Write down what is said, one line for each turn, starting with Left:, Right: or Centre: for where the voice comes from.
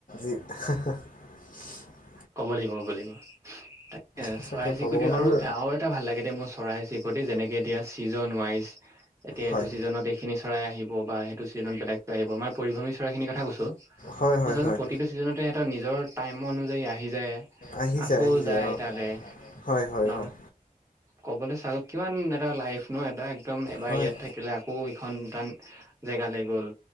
Left: <inaudible>
Right: ক'ব লাগিব, ক'ব লাগিব। এ
Left: সঁচাকে
Right: চৰাই-চিৰিকটি
Left: ভগৱানৰ
Right: আৰু আৰু এটা ভাল লাগে দে মোৰ চৰাই চৰিকটি যেনেকে এতিয়া চিজন ৱাইজ এতিয়া এইটো
Left: হয়
Right: ছিজনত এইখিনি চৰাই আহি হ' বা সেইটো ছিজন বেলেকৈ আহিব মই পৰিভমী মানে চৰাখিনিৰ কথা কছোঁ মই
Left: হয় হয়
Right: চোন
Left: হয়
Right: প্ৰতিটো ছিজনতে সিহঁতৰ নিজৰ টাইম অনুযায়ী আহি যায়
Left: আহি
Right: আকৌ
Left: আহি
Right: যায়
Left: অ
Right: তালে
Left: হয় হয়
Right: ন
Left: হয়
Right: ক'বলৈ চাওঁ কিমান এটা লাইফ ন এটা একদম এবাৰ
Left: হয়
Right: ইয়াত থাকিলে আকৌ এইখন তাত জেগাালৈ গ'ল